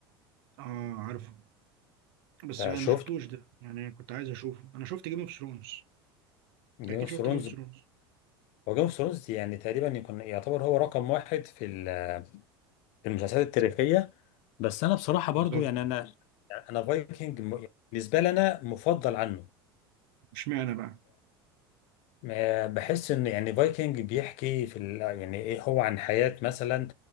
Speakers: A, on the right (about 70°); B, on the left (about 60°).
A: اه عارفه بس انا
B: شفت
A: ما شفتوش ده يعني كنت عايز اشوفه انا شفت جيم اوف ثرونز
B: جيم
A: اكيد
B: اوف
A: شفت
B: ثرونز
A: جيم اوف ثرونز
B: هو جيم اوف ثرونز يعني تقريبا يكون يعتبر هو رقم واحد في ال- في المسلسلات التاريخيه بس انا بصراحه
A: بالظبط
B: برضو يعني انا انا فايكنج بالنسبه لي انا مفضل عنه
A: اشمعنى بقى
B: آه، بحس ان يعني فايكنج بيحكي في ال... يعني ايه هو عن حياة مثلا